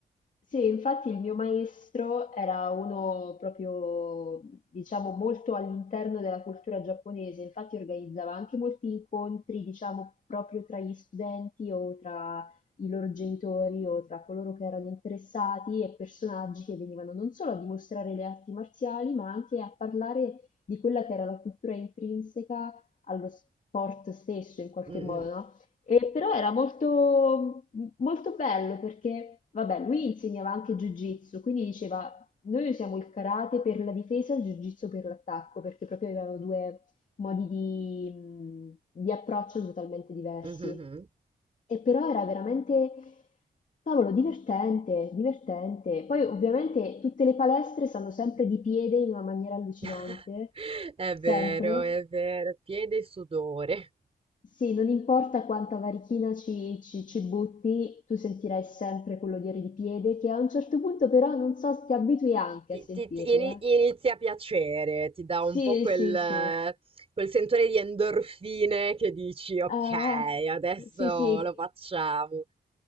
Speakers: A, on the left (about 50°); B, on the right (about 35°).
A: sì, infatti il mio maestro era uno proprio, diciamo, molto all'interno della cultura giapponese, infatti organizzava anche molti incontri, diciamo, proprio tra gli studenti o tra i loro genitori o tra coloro che erano interessati e personaggi che venivano non solo a dimostrare le arti marziali, ma anche a parlare di quella che era la cultura intrinseca allo sport stesso in qualche
B: Mm,
A: modo, no? E però era molto, molto bello perché, vabbè, lui insegnava anche Jiu-Jitsu, quindi diceva, noi usiamo il karate per la difesa e il Jiu-Jitsu per l'attacco, perché proprio avevano due modi di, mh, di approccio totalmente diversi.
B: mm, mhm, mhm.
A: E però era veramente, cavolo, divertente, divertente. Poi ovviamente tutte le palestre stanno sempre di piede in una maniera allucinante,
B: <laughs> È vero,
A: sempre.
B: è vero. Piede e sudore.
A: Sì, non importa quanta varichina ci, ci- ci butti, tu sentirai sempre quell'odore di piede che a un certo punto però non so, ti abitui anche
B: Ti,
A: a sentirlo,
B: ti- ti ini-
A: eh.
B: inizia a piacere, ti dà
A: Sì,
B: un po' quel,
A: sì,
B: eh,
A: sì.
B: quel sentore di endorfine che dici, ok,
A: Ah,
B: adesso
A: sì, sì.
B: lo facciamo.